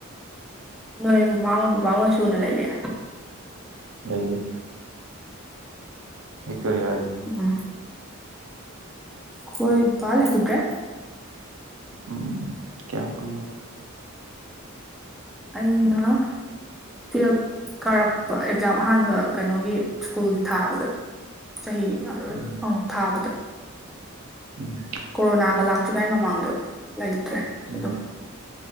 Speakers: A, in the centre; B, on the right.
A: ꯅꯣꯏ ꯃꯃꯥꯉ ꯕꯕꯥꯒ ꯁꯨꯅ ꯂꯩꯔꯦ
B: ꯂꯩꯩꯗꯤ ꯍꯛꯇꯔꯤ ꯍꯥꯏꯦ
A: ꯎ ꯀꯣꯏ ꯂꯒꯦꯗ꯭ꯔꯦ
B: ꯎꯝ ꯀꯌꯥꯝ ꯀꯣ
A: ꯑꯅꯥ ꯇꯨꯌꯦꯜꯐ ꯀꯥꯔꯛꯄ ꯑꯦꯛꯖꯥꯝ ꯑꯍꯥꯟꯕ ꯀꯩꯅꯣꯒꯤ ꯁ꯭ꯀꯨꯜꯒꯤ ꯊꯥꯕꯗ ꯆꯍꯤ
B: ꯎꯝ
A: ꯑꯃꯨꯛ ꯊꯥꯕꯗ
B: ꯎꯝ
A: ꯀꯣꯔꯣꯅꯥꯒ ꯂꯥꯛ ꯠꯇ꯭ꯔꯤꯉꯩ ꯃꯃꯥꯡꯗꯣ ꯂꯩꯇ꯭ꯔꯦ
B: ꯎꯝ
A: ꯑꯗꯨꯝ